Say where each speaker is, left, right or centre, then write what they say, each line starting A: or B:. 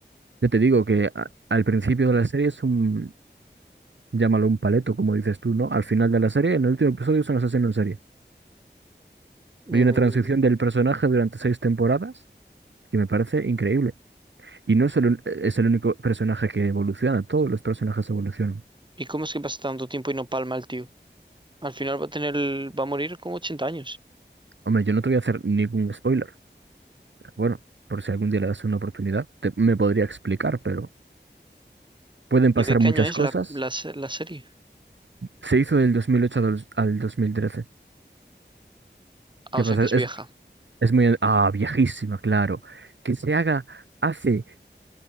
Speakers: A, on the right (about 75°); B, on the right (about 25°).
A: yo te digo que a- al principio de la serie es un, llámalo un paleto, como dices tú, ¿no? Al final de la serie, en el último episodio es un asesino en serie.
B: Mm,
A: Hay una transición del personaje durante seis temporadas que me parece increíble. Y no es el, un- es el único personaje que evoluciona, todos los personajes evolucionan.
B: ¿y cómo es que pasa tanto tiempo y no palma el tío? Al final va a tener, el- va a morir con ochenta años.
A: Hombre, yo no te voy a hacer ningún spoiler, pero bueno, por si algún día le das una oportunidad, te- me podría explicar, pero pueden pasar
B: ¿Y de qué
A: muchas
B: año es
A: cosas.
B: la, la, se- la serie?
A: Se hizo del 2008 al, dos- al 2013.
B: Ah,
A: ¿Qué
B: o sea
A: pasa?
B: que es
A: Es,
B: vieja.
A: es muy... Ah, viejísima, claro. Que se haga hace...